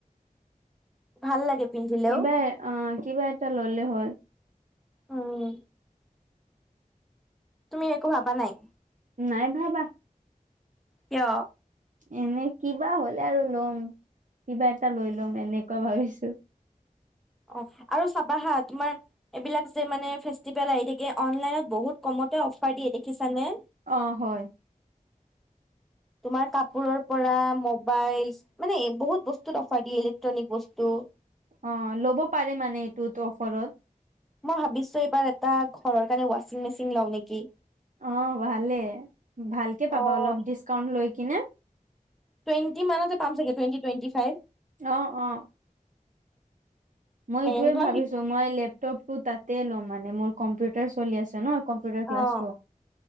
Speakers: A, in the centre; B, on the right.
A: ভাল লাগে পিন্ধিলেও।
B: কিবা অ কিবা এটা ললে হ'ল।
A: উম তুমি একো ভাবা নাই?
B: নাই ভাবা।
A: কিয়?
B: এনে কিবা হলে আৰু লম, কিবা এটা লৈ লম এনেকুৱা ভাবিছো।
A: অহ আৰু চাবা হা তোমাৰ এইবিলাক যে মানে ফেষ্টিভেল আহি থাকে অনলাইনত বহুত কমতে অফাৰ দিয়ে দেখিছানে?
B: অঁ হয়।
A: তোমাৰ কাপোৰৰ পৰা মবাইল মানে বহুত বস্তুত অফাৰ দিয়ে ইলেক্ট্ৰনিক বস্তু।
B: অঁ লব পাৰে মানে এইটোত অফৰত।
A: মই ভাবিছো এইবাৰ এটা ঘৰৰ কাৰণে ৱাচিং মেচিন লও নেকি।
B: অঁ ভালে ভালকে পাবা
A: অ'
B: অলপ ডিচকাউন্ট লৈ কিনে।
A: টুৱেণ্টি মানতে পাম চাগে, টুৱেণ্টি টুৱেণ্টি ফাইভ।
B: অ অ মই এইটোয়ে
A: এনে তোমাৰ
B: ভাবিছো
A: ফিফ
B: মই লেপটপটো তাতে লম মানে মোৰ কম্পিউটাৰ চলি আছে ন। কম্পিউটাৰ ক্লাছটো,
A: অ'